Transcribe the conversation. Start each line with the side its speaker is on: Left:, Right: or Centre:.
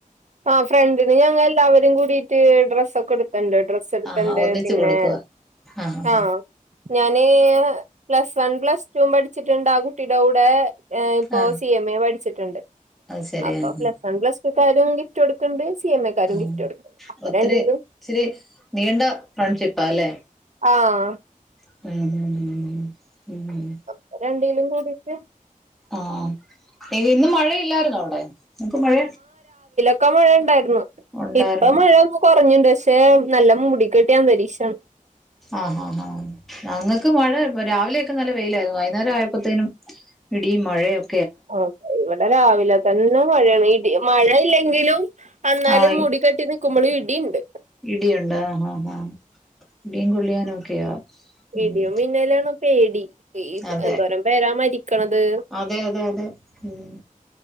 Right: ആ ഫ്രണ്ടിന് ഞങ്ങ എല്ലാവരും കൂടിയിട്ട് ഡ്രസ്സ് ഒക്കെ എടു എന്താ ഡ്രസ്സ് എടുക്ക്ണ്ട്
Centre: ആഹാ ഒന്നിച്ച്
Right: പിന്നെ
Centre: കൊടുക്കുവ ആഹ്
Right: ആഹ ഞാന് പ്ലസ് വൺ, പ്ലസ് ടൂ പഠിച്ചിട്ടുണ്ട്. ആ കുട്ടിയുടെ കൂടെ ഇപ്പോ
Centre: ആഹ്
Right: സി എം എ പഠിച്ചിട്ടുണ്ട്.
Centre: അത് ശരി ആഹ് അത് ശരി
Right: അപ്പൊ
Centre: ആഹ്
Right: പ്ലസ് വൺ പ്ലസ് ടുക്കാരു ഗിഫ്റ്റ് കൊടുക്കണ്ട് സി എം എല്ലാരും
Centre: ആഹ്
Right: ഗിഫ്റ്റ് കൊടുക്കണ്ട് അപ്പ
Centre: ഒത്തിരി
Right: രണ്ടിനും
Centre: ഇച്ചിരി നീണ്ട ഫ്രണ്ട്ഷിപ്പാ അല്ലേ.
Right: ആഹാ
Centre: <unintelligible>
Right: അപ്പ രണ്ടിലും കൂടിട്ട്
Centre: ആഹ ഇന്ന് മഴയില്ലായിന്നോ അവിടെ നമക്ക് മഴ
Right: ഇപ്പ മഴ ഉണ്ടായിരുന്നു.
Centre: ഉണ്ടായിരുന്നു
Right: ഇപ്പ മഴ ഒന്ന് കുറഞ്ഞുണ്ട് പക്ഷെ നല്ല മൂടി കെട്ടിയ അന്തരീക്ഷം.
Centre: ആഹ് ആ ആ ഞങ്ങൾക്ക് മഴ രാവിലെയൊക്കെ നല്ല വെയിലായിരുന്നു. വൈകുന്നേരം ആയപ്പോത്തേനും ഇടിയും മഴയും.
Right: ആ ഇവിടെ രാവിലെ തന്നെ മഴാണ്, ഇടി മഴയില്ലെങ്കിലും എന്നാലും
Centre: ആ ഇ-
Right: മുടി കെട്ടി നിക്കുമ്പോൾ ഇടിയുണ്ട്.
Centre: ഇടിയുണ്ട് ആഹാ ഹാ ഇടിയും കൊള്ളിയാനും ഒക്കെയാ ഉം
Right: ഇടിയും മിന്നലാണ് പേടി, ഈ
Centre: അതെ
Right: എന്തോരം പേരാ മരിക്കണത്.
Centre: അതെ അതെ അതെ ഉം